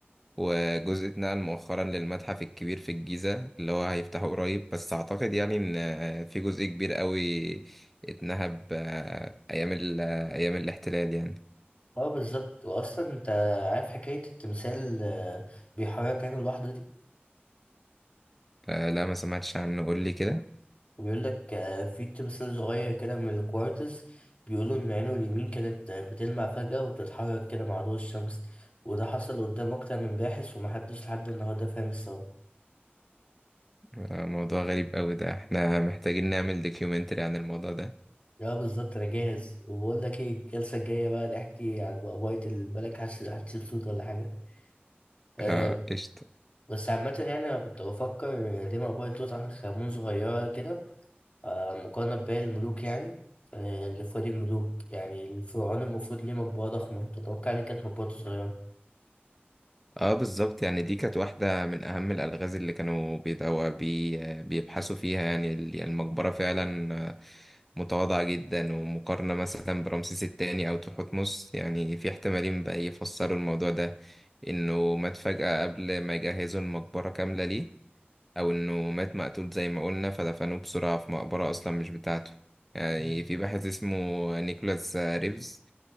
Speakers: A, in the centre; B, on the left.
A: وجزء اتنقل مؤخرا للمتحف الكبير في الجيزة اللي هو هيفتحه قريب بس أعتقد يعني إن آه، في جزء كبير قوي اتنهب آه، أيام ال- آه، أيام الاحتلال يعني
B: اه بالظبط واصلا انت عارف حكايه التمثال آه، بيحرك عينه لوحده دي
A: آه، لا ما سمعتش عنه قول لي كده
B: وبيقول لك آه، في تمثال صغير كده من الكوارتز بيقولوا ان عينه اليمين كانت آه، بتلمع فجاه وبتتحرك كده مع ضوء الشمس وده حصل قدام اكتر من باحث ومحدش لحد النهارده فاهم السبب
A: آه، موضوع غريب قوي ده احنا محتاجين نعمل دوكيومنتري عن الموضوع ده
B: اه بالظبط انا جاهز وبقول لك ايه الجلسه الجايه بقى نحكي عن بقبايه البلك هتش- هتشيل صوت ولا حاجه أه
A: آه، قشطة
B: بس عامة يعني أنا كنت بفكر آه، ليه مقبرة توت عنخ آمون صغيرة كده آه، مقارنة بباقي الملوك يعني آه، اللي في وادي الملوك يعني الفرعون المفروض ليه مقبرة ضخمة تتوقع ليه كانت مقبرته صغيرة
A: اه بالظبط يعني دي كانت واحدة من أهم الألغاز اللي كانوا بيدعوا بي بيبحثوا فيها يعني ال- يعني المقبرة فعلا آه، متواضعة جدا ومقارنة مثلا برمسيس التاني أو تحتمس يعني في احتمالين بقى يفسروا الموضوع ده إنه مات فجأة قبل ما يجهزوا المقبرة كاملة ليه او انه مات مقتول زي ما قلنا فدفنوه بسرعة في مقبرة اصلا مش بتاعته يعني
B: مم.
A: في باحث اسمه نيكولاس ريفز